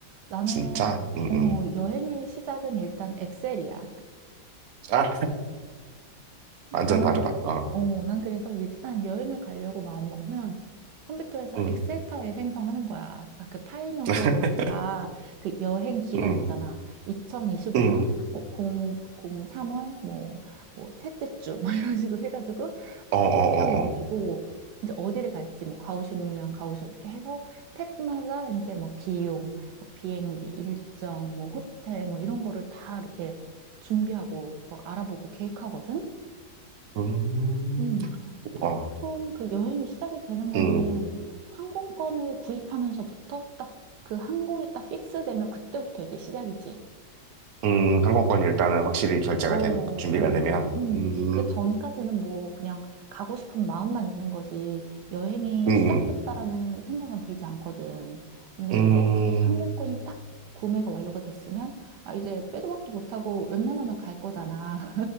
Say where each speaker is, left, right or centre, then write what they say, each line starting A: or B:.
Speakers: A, on the right; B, on the right.
A: 나는,
B: 진짜? 응,
A: 어,
B: 응.
A: 여행의 시작은 일단 엑셀이야.
B: 아, 완전
A: 나는,
B: 다르다.
A: 그-
B: 어.
A: 어, 난 그래서 일단 여행을 가려고 마음먹으면 컴퓨터에서
B: 응,
A: 엑셀 파일 생성하는 거야. 딱 그 파일명도
B: <laughs>
A: 다 그 여행 기간
B: 응,
A: 있잖아. 2025년,
B: 응.
A: 뭐, 0, 0, 3월, 뭐, 뭐, 셋째 주, 뭐, <laughs> 이런 식으로 해가지고
B: 어,
A: 파일만
B: 어, 어,
A: 딱 만들고,
B: 어.
A: 이제 어디를 갈지, 뭐, 가오슝이면 가오슝 이렇게 해서 탭마다 이제 뭐, 비용, 뭐 비행기, 일정, 뭐, 호텔, 뭐, 이런 거를 다 이렇게 준비하고, 뭐, 알아보고 계획하거든?
B: 음,
A: 음, 보통
B: 어,
A: 그 여행이 시작이 되는 거는
B: 응,
A: 항공권을 구입하면서부터 딱 그 항공이 딱 픽스되면 그때부터 이제 시작이지.
B: 응. 항공권이 일단은 확실히 결제가
A: 어, 어,
B: 되, 준비가 되면,
A: 음.
B: 음,
A: 그 전까지는 뭐 그냥 가고 싶은 마음만 있는 거지 여행이
B: 응,
A: 시작됐다라는 생각은 들지 않거든. 근데
B: 응.
A: 이제 항공권이
B: 음,
A: 딱 구매가 완료가 됐으면 아, 이제 빼도 박도 못하고 웬만하면 갈 거잖아.